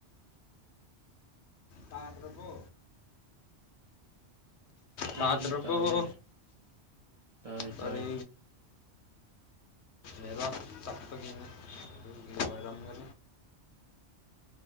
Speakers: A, on the left (about 70°); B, on the right (about 45°).
A: ꯇꯥ꯭ꯔꯔꯕꯣ
B: ꯐꯖꯅ
A: ꯇꯥꯇ꯭ꯔꯕꯨꯣ
B: ꯇꯥꯗꯦ ꯇꯥꯏ
A: ꯀꯔꯤ
B: ꯇꯥꯏ
A: ꯅꯠꯋꯥ ꯆꯞꯄꯒꯤꯅꯦ ꯑꯣꯏꯔꯝꯒ